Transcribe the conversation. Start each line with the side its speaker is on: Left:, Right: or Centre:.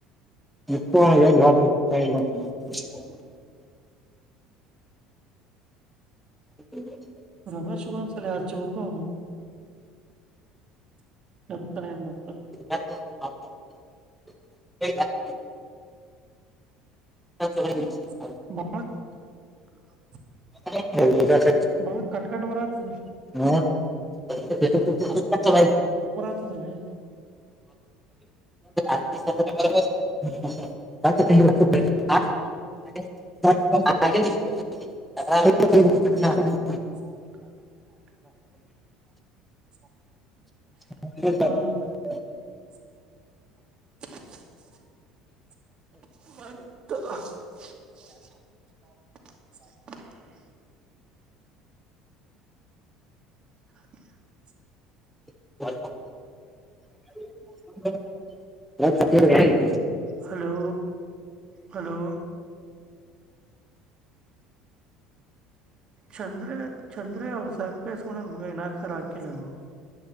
Centre: <unintelligible> <unintelligible>
Right: ರಮೇಶ್ಗ ಒಂದು ಸಾಲ ಹಚ್ಚಬೇಕು <unintelligible>
Centre: <unintelligible> <unintelligible>
Right: <unintelligible>
Centre: <unintelligible>
Right: ಬಾಳ ಕಟ್ ಕಟ್ ಬರತಾದ್ದ
Centre: ಹ <unintelligible>
Right: ಕೆಳಲ್ಲೇ
Centre: <unintelligible> <unintelligible>
Right: <unintelligible> <unintelligible>
Centre: <unintelligible>
Right: ಹಾ <inaudible> <unintelligible> <unintelligible> <inaudible>
Centre: <unintelligible>
Right: ಹಲೋ ಹಲೋ ಚಂದ್ರ ಚಂದ್ರ ಒಂದು ಬೇಸ್ಕೊಂಡನ್ ಮಗ ಇನ್ನಾಕರ ಹಾಕಿ ನಾನು